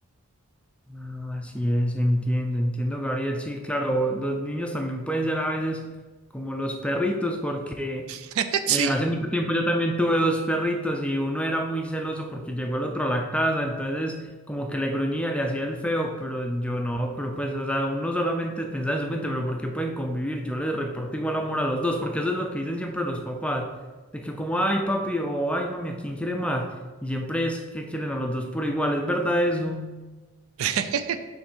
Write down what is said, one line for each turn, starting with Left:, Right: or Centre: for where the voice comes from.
Centre: Ah, Así es, entiendo, entiendo, Gabriel. Sí, claro, los niños también pueden ser a veces como los perritos, porque
Right: <laughs> Sí.
Centre: eh, hace mucho tiempo yo también tuve dos perritos y uno era muy celoso porque llegó el otro a la casa, entonces como que le gruñía, le hacía el feo, pero yo no, pero pues, o sea, uno solamente pensaba en su mente, pero ¿por qué pueden convivir? Yo les reporto igual amor a los dos, porque eso es lo que dicen siempre los papás, de que como, ay, papi, o ay, mami, ¿a quién quiere más? Y siempre es que quieren a los dos por igual, ¿es verdad eso?
Right: <laughs>